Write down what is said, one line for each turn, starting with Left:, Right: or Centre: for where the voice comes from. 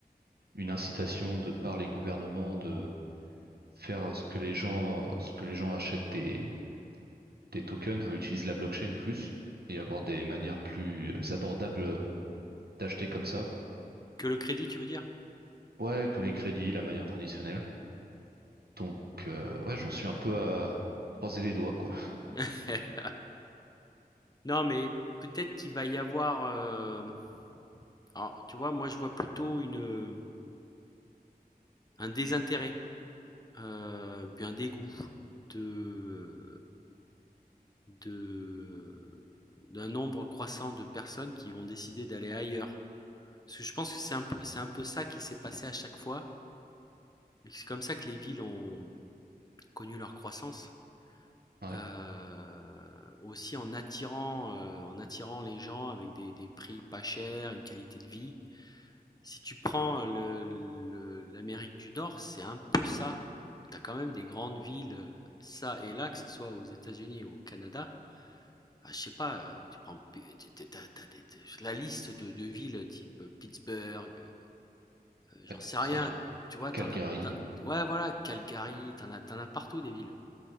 Right: une incitation de par les gouvernements de faire ce que les gens, ce que les gens achètent des, des tokens, euh, utilisent la blockchain plus et avoir des manières plus abordables d'acheter comme ça.
Left: Que le crédit, tu veux dire
Right: Ouais, que les crédits, la manière traditionnelle. Donc, euh, ouais, j'en suis un peu à croiser les doigts, quoi. <laughs>
Left: <laughs>
Right: C'est-
Left: Non, mais peut-être qu'il va y avoir. euh, Alors, tu vois, moi, je vois plutôt une un désintérêt, euh, puis un dégoût de de euh, d'un nombre croissant de personnes qui vont décider d'aller ailleurs. Parce que je pense que c'est un peu, c'est un peu ça qui s'est passé à chaque fois. Et c'est comme ça que les villes ont connu leur croissance.
Right: Ouais,
Left: Euh, aussi en attirant, euh, en attirant les gens avec des, des prix pas chers, une qualité de vie. Si tu prends le- le- l'Amérique du Nord, c'est un peu ça. Tu as quand même des grandes villes, euh, ça et là, que ce soit aux États-Unis ou au Canada, Ah, je sais pas, heu, tu prends p tu tu tu as des des la liste de de villes type, heu, Pittsburgh, heu, j'en
Right: ouais,
Left: sais
Right: c'est
Left: rien,
Right: vrai.
Left: tu vois?
Right: Calgary.
Left: t'en as tu ouais, voilà, Calgary, t'en as t'en as partout des villes.